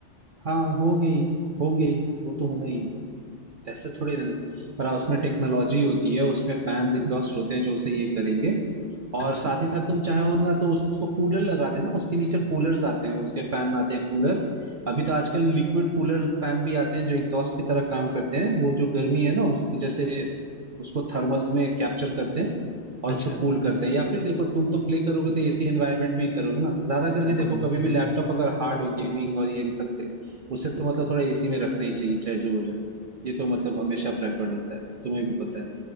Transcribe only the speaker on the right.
हाँ हो गई हो गई वो तो होना ही है ऐसा थोड़ी ना नहीं पर हाँ, उसमें टेक्नोलॉजी होती है उसमें फैंस एग्जॉस्ट होते हैं जो उसे ये करेंगे और
साथ ही साथ तुम चाहो ना तो उसको कूलर लगा देना उसके नीचे कूलर्स आते हैं उसके फैन आते हैं कूलर अभी तो आजकल लिक्विड कूलर फैन भी आते हैं जो एग्जॉस्ट की तरह काम करते हैं वो जो गर्मी है ना उसको जैसे उसको थर्मल्स में कैप्चर करते हैं और
उसको कूल करते हैं या फिर देखो तुम तो प्ले करोगे तो एसी एनवायरनमेंट में ही करोगे ना ज्यादा करके
देखो कभी
भी लैपटॉप अगर हार्ड हो गेमिंग और ये इन सब के लिए उससे तो मतलब थोड़ा एसी में रखना ही चाहिए चाहे जो हो जाए ये तो मतलब हमेशा प्रेफर्ड होता है तुम्हें भी पता है